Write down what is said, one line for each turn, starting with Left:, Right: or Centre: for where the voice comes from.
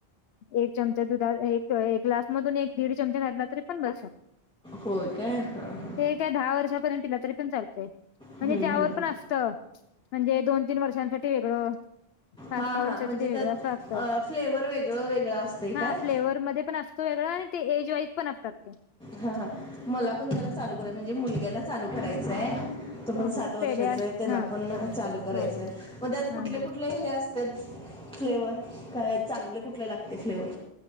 Left: एक चमचा, दुधा एक -एक ग्लास मधून एक दीड चमचा घातलातरी पण बस
Centre: होय काय हा, हा
Left: ते काय, दहा वर्षापर्यंत पिला तरी पण चालतय.
Centre: हम्म,
Left: म्हणजे त्यावर
Centre: हम्म.
Left: पण असत, म्हणजे दोन, तीन, वर्षांसाठी वेगळं. पाच,
Centre: हा
Left: सहा,
Centre: हा
Left: वर्षासाठी
Centre: म्हणजे
Left: वेगळं
Centre: त्यात
Left: असअसत,
Centre: फ्लेवर वेगळं वेगळं असतंय
Left: हा
Centre: काय
Left: फ्लेवर मध्ये पण असत. तो वेगळा आणि, ते एज वाईज पण असतात ते,
Centre: हा, हा मला पण जरा चालू कराय म्हणजे, मुलग्याला चालू करायचंय. तो पण
Left: हो
Centre: सात
Left: हो
Centre: वर्षाचा
Left: पेड्या
Centre: आहे, त्याला
Left: हा
Centre: पण चालू करायचंय
Left: हो हो
Centre: मग त्यात
Left: हा
Centre: कुठले-कुठले
Left: हा
Centre: हे अस त्यात फ्लेवर काय चांगले, कुठले लागते फ्लेवर?